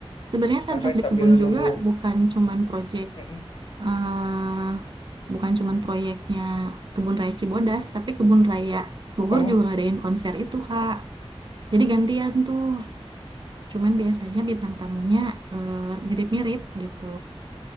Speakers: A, on the right (about 45°); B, on the left (about 50°).
A: sebenarnya sunset
B: sunrise
A: di
B: sambil
A: kebun juga
B: nunggu
A: bukan cuman project
B: Mm-mm.
A: eh bukan cuman proyeknya Kebun Raya Cibodas, tapi Kebun Raya Bogor
B: Oh.
A: juga ngadain konser itu Kak. Jadi gantian tuh, cuman biasanya bintang tamunya eh, mirip-mirip gitu.